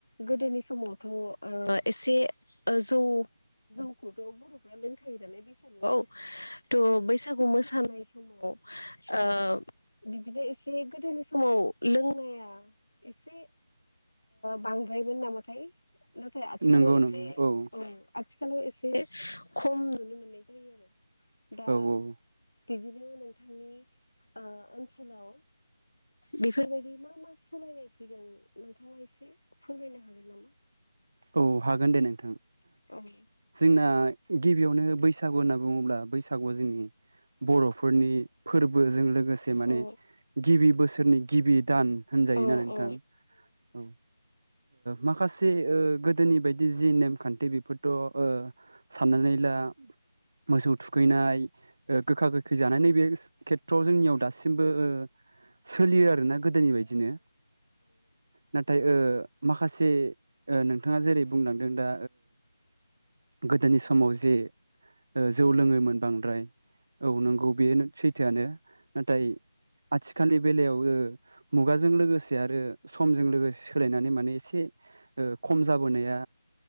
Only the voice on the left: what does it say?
गोदोनि समावथ' एसे जौ जौखौथ' बर'फ्रा लोंखायो नालाय बैसागुआव थ' बैसागु मोसानाय समाव बिदिनो एसे गोदोनि समाव लोंनाया एसे। बांद्रायमोन नामाथाय? नाथाय आथिखालाव
एसे
आथिखालाव एसे खम नुनो मोननाय जायो आरो। दा
बिदिनो नोंथांनि। ओनसोलाव बेफोरबायदि मा मा सोलायनाय फैदों नोंथाङा एसे। एसे फोरमायनो हागोन नामा?
नामा?
औ
औ
औ